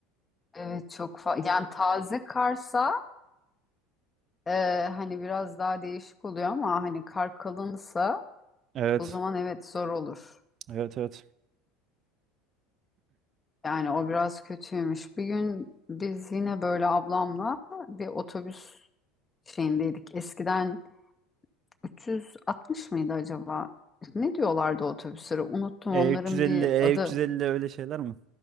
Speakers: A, on the left; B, on the right.
A: Evet, çok fa- yani taze karsa Ee, hani biraz daha değişik oluyor ama hani kar kalınsa
B: Evet.
A: o zaman evet zor olur.
B: Evet evet.
A: Yani o biraz kötüymüş. Bir gün biz yine böyle ablamla bir otobüs şeyindeydik. Eskiden 360 mıydı acaba? Ne diyorlardı otobüslere? Unuttum
B: E350,
A: onların bir
B: E350
A: adı.
B: öyle şeyler mi?